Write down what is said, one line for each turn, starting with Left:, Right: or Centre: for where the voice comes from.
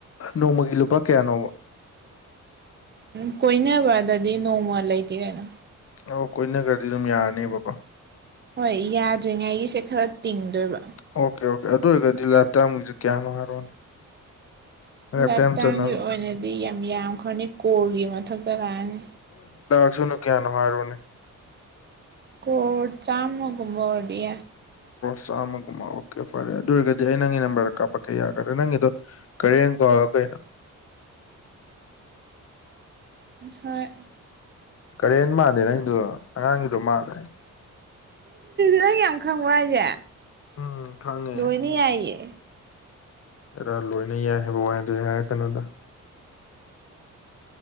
Left: ꯅꯣꯡꯃꯒꯤ ꯂꯨꯄꯥ ꯀꯌꯥꯅꯣꯕ
Right: ꯎꯝ ꯀꯣꯏꯅꯕꯗꯗꯤ ꯅꯣꯡꯃ ꯂꯩꯇꯦ ꯀꯥꯏꯅꯣ
Left: ꯑ ꯀꯣꯏꯅꯈ꯭ꯔꯗꯤ ꯑꯗꯨꯝ ꯌꯥꯔꯅꯦꯕꯀꯣ
Right: ꯍꯣꯏ ꯌꯥꯗ꯭ꯔꯤꯉꯩꯒꯤꯁꯦ ꯈꯔ ꯇꯤꯡꯗꯣꯏꯕ
Left: ꯑꯣꯀꯦ ꯑꯣꯀꯦ ꯑꯗꯨ ꯑꯣꯏꯔꯒꯗꯤ ꯂꯥꯏꯞ ꯇꯃꯁꯦ ꯀꯌꯥꯅꯣ ꯍꯥꯏꯔꯣꯅꯦ
Right: ꯂꯥꯏꯞ
Left: ꯇꯥꯏꯝ
Right: ꯇꯥꯏꯝꯒꯤ
Left: ꯆꯠꯅꯕ
Right: ꯑꯣꯏꯅꯗꯤ ꯌꯥꯝ ꯌꯥꯝꯈ꯭ꯔꯅꯤ ꯀꯣꯔꯒꯤ ꯃꯊꯛꯇ ꯂꯥꯛꯑꯅꯤ
Left: ꯁꯨꯅꯨ ꯀꯌꯥ ꯅꯍꯣꯏ ꯔꯅꯤꯅꯦ
Right: ꯀꯣꯠ ꯆꯥꯒꯨꯝꯕꯗꯤ
Left: ꯆꯃꯒꯨꯝ ꯑꯣꯀꯦ ꯐꯔꯦ ꯑꯗꯨ ꯑꯣꯏꯔꯒꯗꯤ ꯑꯩ ꯅꯪꯒꯤ ꯅꯝꯕꯔꯗ ꯀꯥꯞꯄꯛꯀꯦ ꯌꯥꯒꯗ꯭ꯔꯥ ꯅꯪꯒꯤꯗꯣ ꯀꯔꯤ ꯀꯣ ꯀꯅ
Right: ꯍꯣꯏ
Left: ꯀꯔꯦꯟ ꯃꯥꯥꯟꯗꯦ ꯅꯪꯗꯣ ꯑꯉꯥꯡꯒꯤꯗꯣ ꯃꯥꯜꯂ꯭ꯔꯦ
Right: ꯅꯪ ꯌꯥꯝ ꯈꯪꯕ꯭ꯔꯥ ꯍꯥꯏꯁꯦ
Left: ꯎꯝ ꯈꯪꯉꯦ
Right: ꯂꯣꯏꯅ ꯌꯥꯏꯌꯦ
Left: ꯔꯥ ꯂꯣꯏꯅ ꯌꯥꯏ ꯍꯥꯏꯕ ꯋꯥꯏꯗꯣ ꯌꯥ ꯍꯥꯏꯔ ꯀꯩꯅꯣꯗ